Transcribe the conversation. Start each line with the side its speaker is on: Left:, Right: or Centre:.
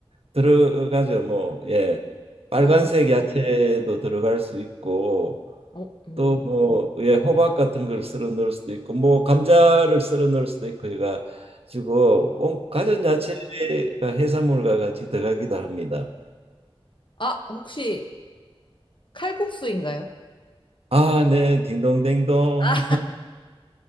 Right: 들어가죠. 뭐 예, 빨간색
Left: 어,
Right: 야채도 들어갈 수 있고
Left: 어, 음,
Right: 또 뭐 예, 호박 같은 걸 썰어 넣을 수도 있고 뭐 감자를 썰어 넣을 수도 있고 해가지고 온- 가전
Left: 네.
Right: 야채가 해산물과 같이 들어가기도 합니다.
Left: 아, 혹시 칼국수인가요?
Right: 아, 네, 딩동댕동.
Left: 아,